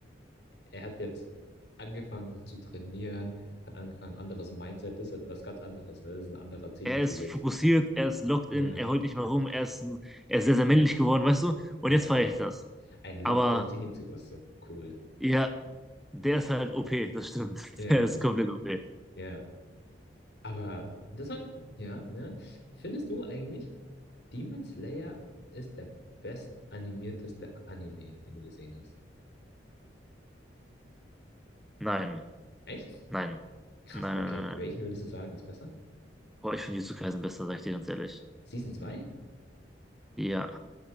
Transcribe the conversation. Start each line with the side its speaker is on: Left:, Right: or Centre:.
Left: Er hat jetzt angefangen zu trainieren, hat angefangen, ein anderes Mindset, das ist etwas ganz anderes. ne? Das ist ein anderer Zenitsu
Centre: er ist
Left: jetzt.
Centre: fokussiert, er ist locked
Left: Ja,
Centre: in, er holt nicht mehr rum, er ist, er ist sehr, sehr männlich geworden, weißt du? Und
Left: ja.
Centre: jetzt feiere ich das.
Left: Ein locked
Centre: Aber
Left: in Zenitsu ist so cool.
Centre: ja, der ist halt OP, das stimmt. <laughs>
Left: Ja,
Centre: Der ist komplett OP.
Left: ja. Aber das hat, ja, ne? Findest du eigentlich, Demon Slayer ist der bestanimierteste Anime, den du gesehen hast?
Centre: Nein,
Left: Echt?
Centre: nein,
Left: Krass,
Centre: nein,
Left: okay.
Centre: nein, nein.
Left: Welchen
Centre: nein.
Left: würdest du sagen, ist besser?
Centre: Boah, ich finde Jujutsu Kaisen besser, sag ich dir ganz ehrlich.
Left: Season zwei
Centre: Ja.